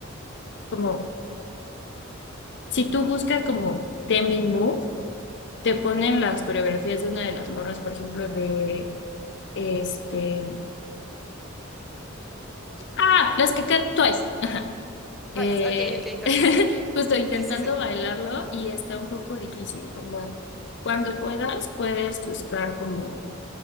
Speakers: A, on the left; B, in the centre.
A: Como si tú buscas como Temin Move, te ponen las coreografías de una de las morras, por ejemplo, de este. Ah, las que can- Twice. Ajá. Eh,
B: Twice, ok, ok, Twice.
A: <laughs> justo intentando
B: Sí, sí, sí.
A: bailarlo y está un poco difícil. Como cuando puedas, puedes buscar como